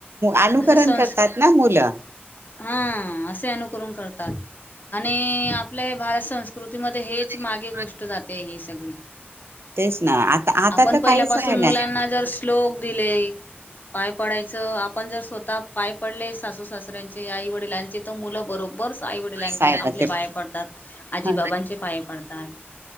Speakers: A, on the right; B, on the left.
A: अनुकरण
B: असं संस्
A: करतात ना मुलं.
B: हा असे अनुकरण करतात आणि आपल्या भारत संस्कृतीमध्ये हे च
A: ही
B: मागे गोष्ट जाते ही सगळी.
A: तेच ना आता आता
B: आपण
A: तर
B: पहिल्या
A: काहीच
B: पाासून
A: राहिला
B: मुलांना
A: नाही.
B: जर श्लोक दिले. पाय पडायचं आपण जर स्वतः पाय पडले सासू सासऱ्यांचे आई वडिलांचे तर मुलं बरो बरच आई वडिलांचे
A: साहेबाचे
B: आपले पाय पडतात, आजीबाबांचे
A: हा
B: पाय पडतात.